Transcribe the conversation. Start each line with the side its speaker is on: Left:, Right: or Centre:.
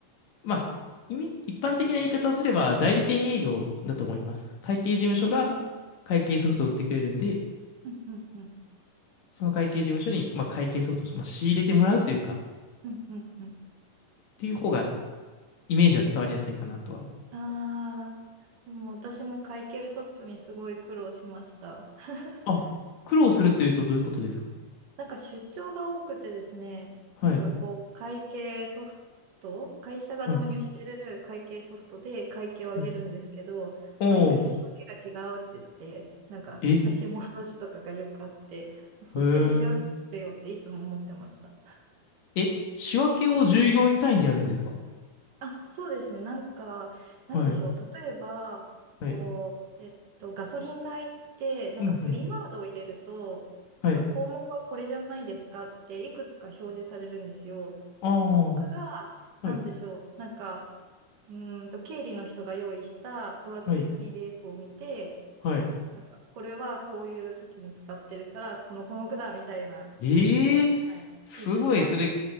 Left: まあ、意味一般的な言い方をすれば、代理店営業だと思います。会計事務所が
Right: へえ、
Left: 会計ソフトを売ってくれるんで、
Right: うんうんうん、
Left: その会計事務所に、まあ、会計ソフトを、まあ、仕入れてもらうというか、
Right: うんうんうん。
Left: っていう方が、イメージは伝わりやすいかなとは。
Right: ああ、でも私も会計ソフトにすごい苦労しました。<laughs>
Left: あ、苦労するというとどういうことですか
Right: なんか出張が多くてですね、
Left: はい、
Right: なんかこう、会計ソフト、会社が導入してる会計ソフトで会計を上げるんですけど、
Left: はい、はい。おー、
Right: 毎回仕分けが違うって言って、なんか差し戻しとかがよくあって、
Left: え、へ
Right: そっちで仕分けてくれよっていつも思ってました。
Left: ー。え、仕分けを従業員単位でやるんですか
Right: あ、そうですね。なんか、
Left: はい、
Right: なんでしょう。例えば、
Left: はい、
Right: こう、えっと、ガソリン代って、なんかフリーワードを入れると、
Left: うん、うん、はい。
Right: なんか項目はこれじゃないですかって、いくつか表示されるんですよ。
Left: ああ
Right: で、そこから、なんでしょう。
Left: はい、
Right: なんか、うーんと、経理の人が用意した分厚い
Left: はい、
Right: PDF を見て、
Left: はい。
Right: なんか、これはこういう時に使ってるから、この項目だ、みたいな感じで、
Left: ええ
Right: はい、
Left: すごい、
Right: 申請しました。
Left: それ、